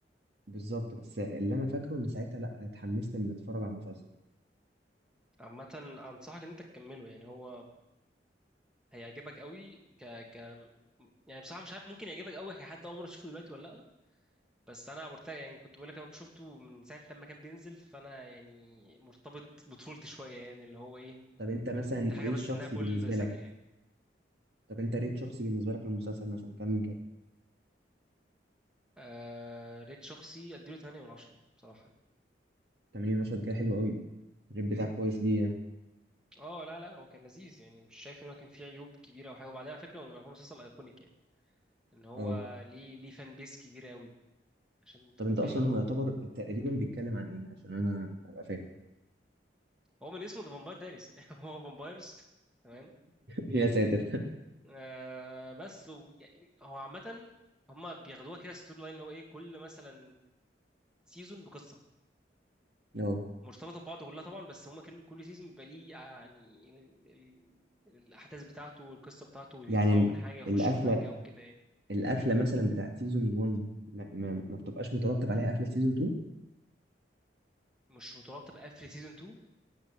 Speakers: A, on the right (about 65°); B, in the centre.
A: بالظبط بس اللي انا فاكره ان ساعتها لا اتحمست ان اتفرج على المسلسل
B: عامه انصحك ان انت تكمله يعني هو هيعجبك قوي ك ك يعني بصراحه مش عارف ممكن يعجبك قوي كحد اول مره تشوفه دلوقتي ولا لا بس انا مرتاح يعني كنت بقول لك انا شفته من ساعه لما كان بينزل فانا يعني مرتبط بطفولتي شويه يعني اللي هو ايه
A: طب انت مثلا
B: كنت حاجه
A: ريت
B: بستناها
A: شخصي
B: كل
A: بالنسبه
B: سنه
A: لك
B: يعني
A: طب انت ريت شخصي بالنسبه لك للمسلسل مثلا كام من كام
B: آه ريت شخصي اديله 8 من 10 بصراحه يعني
A: 80 مشهد كده حلو قوي الريت بتاعك كويس ليه يعني
B: اه لا لا هو كان لذيذ يعني مش شايف ان هو كان فيه عيوب كبيره او حاجه وبعدين على فكره هو يعتبر مسلسل ايكونيك يعني ان هو
A: اه
B: ليه ليه فان بيس كبيره قوي عشان تكون
A: طب انت
B: فاهم
A: اصلا
B: يعني.
A: هو يعتبر تقريبا بيتكلم عن ايه عشان انا ابقى فاهم
B: هو من اسمه ذا فامباير دايرس يعني <laughs> هو فامبايرز تمام
A: <laughs> يا ساتر
B: آه بس و... يعني هو عامه هما بياخدوها كده ستوري لاين اللي هو ايه كل مثلا سيزون بقصه
A: اه
B: مرتبطه ببعض كلها طبعا بس هما كل كل سيزون بيبقى ليه يعني ال... ال... الاحداث بتاعته والقصه بتاعته يطلعوا
A: يعني
B: من حاجه يخشوا
A: القفله
B: في حاجه وكده يعني
A: القفله مثلا بتاعت سيزون 1 ما, ما, ما بتبقاش مترتب عليها قفله سيزون 2
B: مش مترابطه بقفل سيزون 2